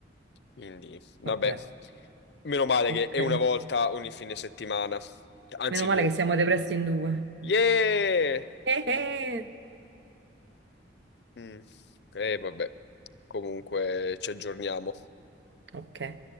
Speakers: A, on the left; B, on the right.
A: quindi vabbè,
B: Vabbè,
A: meno male
B: ok.
A: che è una volta ogni fine settimana, anzi
B: Meno male
A: due
B: che
A: volte.
B: siamo depressi in due.
A: Yeah!
B: Eh, eh.
A: Mm. Eh, vabbè, comunque ci aggiorniamo.
B: Ok.